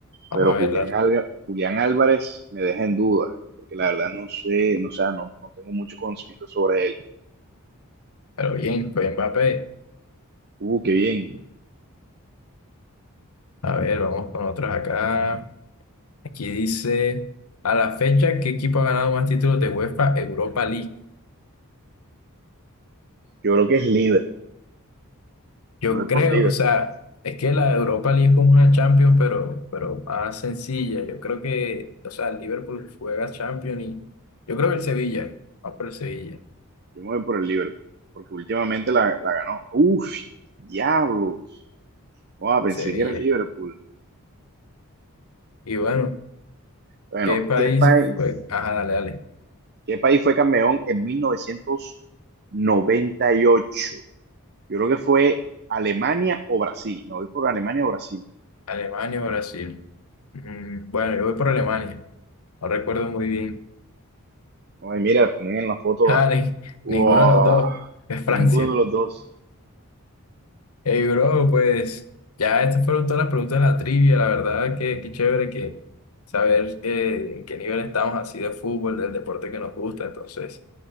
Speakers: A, on the left; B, on the right.
A: Vamos
B: Pero
A: a
B: Julián,
A: ver, la-
B: Alga, Julián Álvarez me deja en duda, porque la verdad no sé, no, o sea, no, no tengo mucho conocimiento sobre él.
A: pero bien, fue Mbappé.
B: Uh, qué bien.
A: A ver, vamos con otros acá. Aquí dice, a la fecha, ¿qué equipo ha ganado más títulos de UEFA Europa League?
B: Yo creo que es Liverpool.
A: Yo
B: Me voy
A: creo,
B: por Liverpool.
A: o sea, es que la Europa League es como una Champions, pero, pero más sencilla. Yo creo que, o sea, el Liverpool juega Champions y yo creo que el Sevilla, vamos por el Sevilla,
B: Yo me voy por el Liverpool, porque últimamente la, la ganó. Uf, diablos. Oh, pensé
A: Sevilla.
B: que era el Liverpool.
A: Y bueno,
B: Bueno,
A: ¿qué país
B: ¿qué país
A: fue? Ajá, dale, dale.
B: ¿Qué país fue campeón en mil novecientos noventa y ocho? Yo creo que fue Alemania o Brasil. Me voy por Alemania o Brasil.
A: Alemania o Brasil. Mm, bueno, yo voy por Alemania, no recuerdo muy bien. <laughs>
B: Ay, mira, ponen en la foto.
A: Ah,
B: ah.
A: ni-
B: Wow,
A: ninguno de los dos, es Francia.
B: ninguno de los dos.
A: Hey, bro, pues ya estas fueron todas las preguntas de la trivia, la verdad que qué chévere que saber eh, en qué nivel estamos así de fútbol, del deporte que nos gusta, entonces,